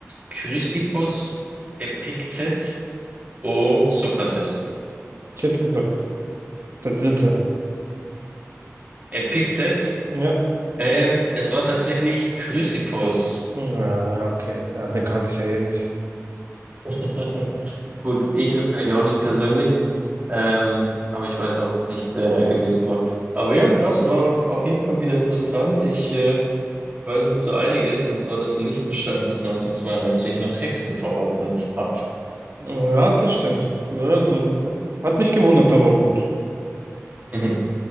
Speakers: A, on the right (about 30°); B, on the right (about 60°).
A: Chrysippos, Epiktet, O Sokrates.
B: ich hätte gesagt, der dritte.
A: Epiktet,
B: Ja.
A: ähm, es war tatsächlich Chrysippos.
B: Ja, okay. Ja, den kannte ich ja eh nicht.
A: <laughs> Gut, ich natürlich auch nicht persönlich, ähm, aber ich weiß auch nicht, wer er gewesen war. Aber ja, krass, war, war auf jeden Fall wieder interessant. Ich äh, weiß jetzt so einiges, und zwar, dass Liechtenstein bis 1992 noch Hexen verordnet hat.
B: Ja, das stimmt. Ne, Also, hat mich gewundert, aber gut.
A: <laughs>